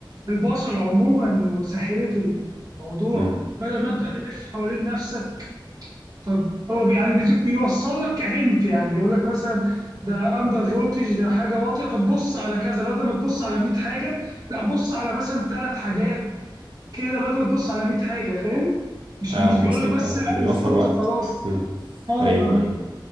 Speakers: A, on the right (about 50°); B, on the right (about 85°).
A: البشر عموما وسهلت الموضوع
B: مم.
A: بدل ما انت تلف حوالين نفسك طب هو بي- يعني بت- بيوصل لك كهنت يعني يقول لك مثلا ده اندر فولتج ده حاجه واطيه طب بص على كذا بدل ما تبص على 100 حاجه لا بص على مثلا ثلاث حاجات كده بدل ما تبص على 100 حاجه فاهم مش
B: اه
A: مش
B: وصلت
A: بيقول لك بس
B: اه
A: لا
B: بيوفر
A: في فولت
B: وقت
A: وخلاص
B: مم.
A: اه
B: ايوه ايوه